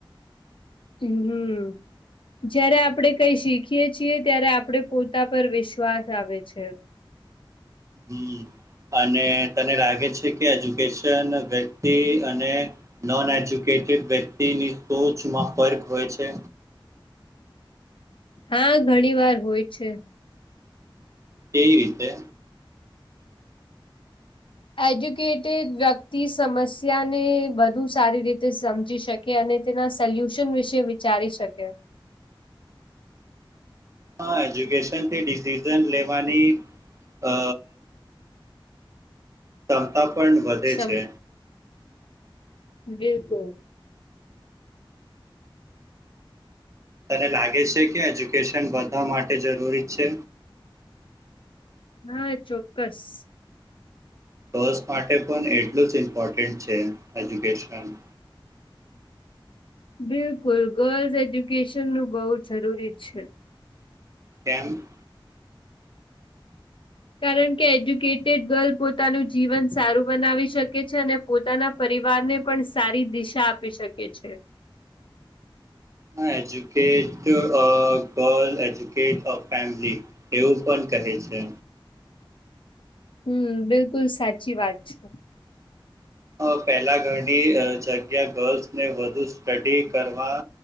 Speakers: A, on the left; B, on the right.
A: હ, હમ. જયારે આપણેે કંઈ શીખીએ છીએ, ત્યારે આપડે પોતા પર વિશ્વાસ આવે છે.
B: હમ. અને તને લાગે છે કે એજ્યુકેશન વ્યક્તિ અને નોન એજ્યુકેટેડ વ્યક્તિની સોચમાં ફર્ક હોય છે.
A: હા, ઘણી વાર હોય છે.
B: કેવી રીતે?
A: એજ્યુકેટેડ વ્યક્તિ સમસ્યા ને વધુ સારી રીતે સમજી શકે. કે અને તેના સોલ્યુશન વિશે વિચારી શકે.
B: હા, એજ્યુકેશન થી ડિસિઝન લેવાની. અ ક્ષમતા પણ વધે
A: ક્ષમ
B: છે.
A: બિલકુલ
B: તને લાગે છે કે એજ્યુકેશન બધા માટે જરૂરી છે.
A: હા, ચોક્કસ.
B: ગર્લ્સ માટે પણ એટલું જ ઇમ્પોર્ટન્ટ છે એજ્યુકેશન.
A: બિલકુલ, ગર્લ્સ એજ્યુકેશન નું બઉુ જરૂરી છે.
B: કેમ?
A: કારણ કે, એજ્યુકેટેડ ગર્લ પોતાનું જીવન સારું બનાવી શકે છે અને પોતાના પરિવારને પણ સારી દિશા આપી શકે છે.
B: અ educate a girl educate a family એવું પણ કહે છે.
A: હમ્મ બિલકુલ સાચી વાત છે.
B: અ પેલા ઘરની જગ્યા ગર્લ્સને વધુ સ્ટડી કરવા